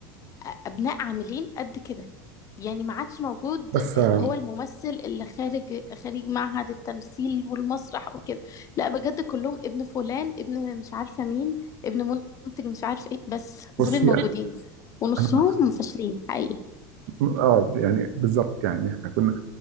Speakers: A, on the left; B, on the right.
A: أ- ابناء عاملين قد كده يعني ما عادش موجود
B: بس
A: اللي
B: آه،
A: هو الممثل اللي خارج خارج معهد التمثيل والمسرح وكده لا بجد كلهم ابن فلان ابن مش عارفة مين ابن منتج مش عارف ايه بس
B: بصي
A: دول الموجودين ونصهم
B: انا
A: فاشلين حقيقي
B: اه يعني بالظبط يعني احنا كنا